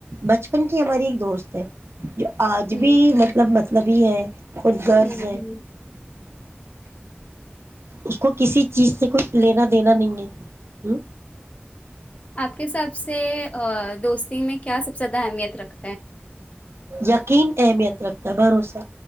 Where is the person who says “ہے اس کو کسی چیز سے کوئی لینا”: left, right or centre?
Right